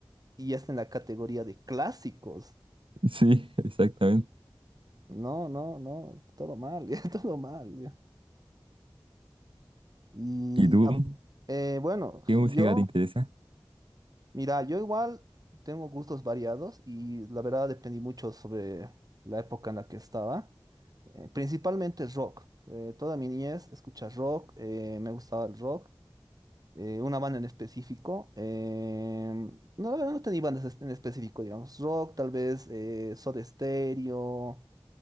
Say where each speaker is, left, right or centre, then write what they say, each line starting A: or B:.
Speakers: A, on the right; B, on the right.
A: y ya está en la categoría de clásicos.
B: sí, <laughs> exactamente.
A: No, no, no, todo mal, <laughs> ya, todo mal, ya. Y
B: ¿Y tú?
A: ap- eh, bueno,
B: ¿Qué música
A: yo,
B: te interesa?
A: mira, yo igual tengo gustos variados y la verdad dependí mucho sobre la época en la que estaba. Eh, principalmente rock. Eh, toda mi niñez escucha rock, eh, me gustaba el rock. eh, una banda en específico. em, no, la verdad no tenía bandas es- en específico, digamos. Rock, tal vez eh, Soda Stereo,